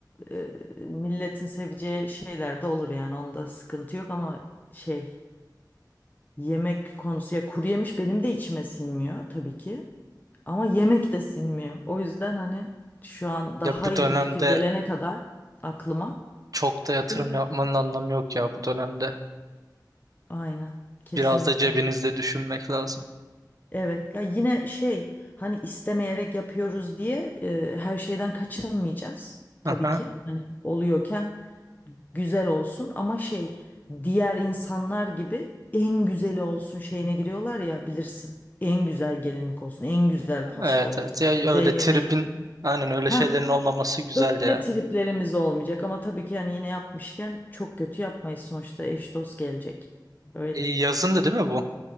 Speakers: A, on the left; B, on the right.
A: e, milletin seveceği şeyler de olur yani onda sıkıntı yok ama şey yemek konusu ya kuru yemiş benim de içime sinmiyor tabii ki. Ama yemek de sinmiyor. O yüzden hani şu an daha
B: Ya bu
A: iyi
B: dönemde
A: bir fikir gelene kadar aklıma.
B: çok da yatırım
A: Tabii.
B: yapmanın anlamı yok ya bu dönemde.
A: Aynen kesinlikle.
B: Biraz da cebinizde düşünmek lazım.
A: Evet ya yine şey hani istemeyerek yapıyoruz diye e, her şeyden kaçınmayacağız
B: Aha.
A: tabii ki. Hani oluyorken güzel olsun ama şey diğer insanlar gibi en güzeli olsun şeyine giriyorlar ya bilirsin. En güzel gelinlik olsun, en güzel pasta
B: Evet
A: olsun,
B: evet. Ya
A: güzel
B: öyle
A: yemek.
B: tribin aynen öyle
A: Ha
B: şeylerin olmaması güzel
A: öyle
B: ya.
A: triplerimiz olmayacak ama tabii ki yani yine yapmışken çok kötü yapmayız sonuçta eş dost gelecek. Öyle.
B: E, yazın da değil mi bu